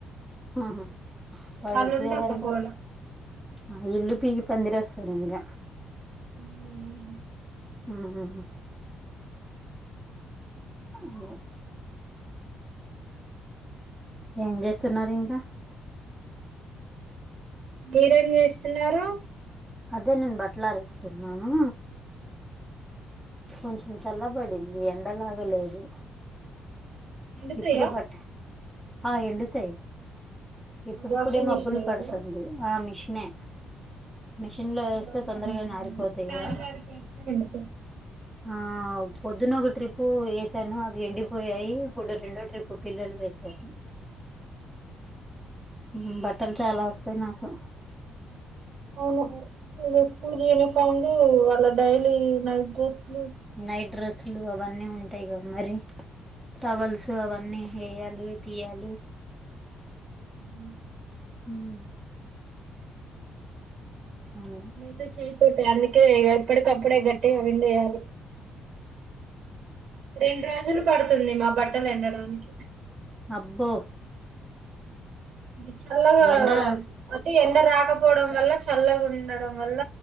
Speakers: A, in the centre; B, on the right.
A: అహ వాళ్లొచ్చినారంటే
B: వాళ్ళుంటే ఒక గోల
A: ఆ ఇల్లు పికి పందిరేస్తారు ఇంగ
B: ఉమ్
A: ఉహు ఒహో ఏం చేస్తున్నారు ఇంకా?
B: మీరేం చేస్తున్నారు?
A: అదే నేన్ బట్లారస్తున్నాను కొంచం చల్లబడింది, ఎండలాగే లేదు.
B: ఎండుతాయా
A: ఇప్పుడే బట్ట ఆ ఎండుతయి ఇప్పుడిప్పుడే
B: వాషింగ్
A: మబ్బులు
B: మిషన్ కదా
A: పడుతుంది, ఆ మిషినే మిషన్ లో ఏస్తే
B: అలానే
A: తొందరగా
B: ఎండిపోయినాయి
A: నారిపోతయ్
B: ఫ్యాన్
A: గా
B: గాలికి వేసిన ఎండిపోయి
A: ఆ పొద్దున ఒక ట్రిప్పు ఏసాను అవి ఎండిపోయాయి. ఇప్పుడు రెండో ట్రిప్పు పిల్లలవేశా. ఉమ్ బట్టలు చాలా వస్తాయి నాకు.
B: అవును ఇది స్కూల్ యూనిఫార్మ్లు, అలా డైలీ నైట్ డ్రెస్ లు
A: నైట్ డ్రెస్సులు అవన్నీ ఉంటయిగా మరి. టవల్స్ అవన్నీ ఏయాలి, తీయాలి.
B: ఉమ్
A: ఉమ్ అవు
B: తో చేయపోతే అందుకే ఇగ ఎప్పటికప్పుడే గట్టిగా విండేయాలి. రెండు రోజులు పడుతుంది మా బట్టలు ఎండడానికి.
A: అబ్బో
B: అది చల్లగా
A: ఎండలా
B: అతే ఎండ రాకపో పోవడం వల్ల, చల్లగా ఉండడం వల్ల